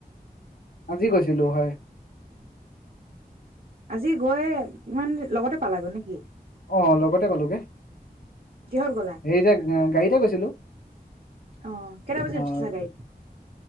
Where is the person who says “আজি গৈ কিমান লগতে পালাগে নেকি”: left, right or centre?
Right